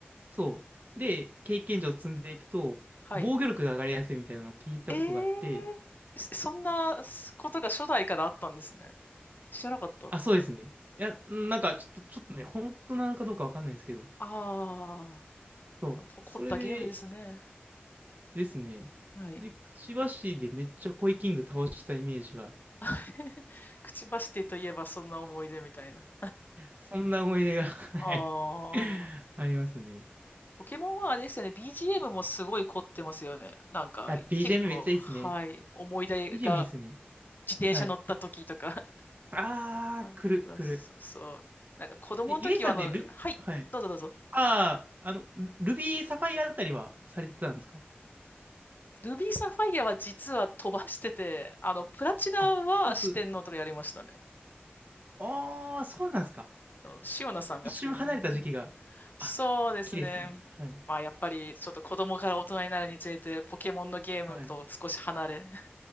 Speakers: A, on the right; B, on the left.
A: そう、で、経験値を積んでいくと、
B: はい。
A: 防御力が上がりやすいみたいなのを聞いたことがあって、
B: ええ、そそんなことが初代からあったんですね。知らなかった。
A: あ、そうですね。
B: <laughs>
A: いや、なんか、ちょっと、ちょっとね、本当なのかどうかわかんないんですけど、
B: あ
A: そう。
B: あ、こ凝ったゲームですね。
A: それでですね。
B: はい。
A: で、くちばしでめっちゃコイキング倒したイメージが、
B: <laughs> くちばしティといえばそんな思い出みたいな。
A: そんな思い出が、はい、
B: ああ、
A: <laughs> ありますね。
B: ポケモンはあれですよね。BGM もすごい凝ってますよね。なんか、
A: あ、BGM
B: 結構、
A: めっちゃいいっすね。
B: はい。思い出が
A: BGM いいっすね。
B: 自転車乗った時とか
A: はい。あー、
B: あ、
A: 来る、
B: なそそう。
A: 来る。
B: なんか子供の時はあの、
A: え、ゆえさんってル、
B: はい、
A: はい。
B: どうぞどうぞ。
A: あー、あの、ルルビーサファイアあたりはされてたんですか
B: ルビーサファイアは実は飛ばしてて、あの、プラチナは四天王とかやりましたね。
A: あ、飛ばす。あー、そうなんですか。
B: そうシオナさんが好きで。
A: 一瞬離れた時期が。
B: <laughs> そうですね。
A: あ、綺麗ですよね。はい。
B: まあやっぱりちょっと子供から大人になるにつれてポケモンのゲームと少し離れ
A: はい。